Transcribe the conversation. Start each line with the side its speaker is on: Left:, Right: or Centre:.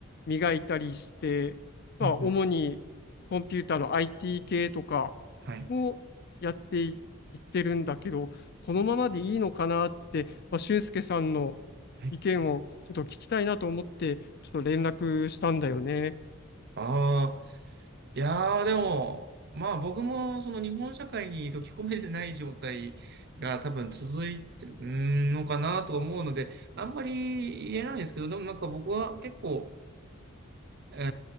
Left: 磨いたりして、まあ、
Right: うんうん、
Left: 主にコンピューターの IT 系とか
Right: はい、
Left: をやってい、いってるんだけど、このままでいいのかなって、まあ、俊介さんの
Right: はい。
Left: 意見をちょっと聞きたいなと思って、ちょっと連絡したんだよね。
Right: ああ、いやー、でも、まあ僕もその日本社会に溶け込めてない状態が多分続いてるうーんのかなと思うので、あんまり言えないんですけど、でもなんか僕は結構、うー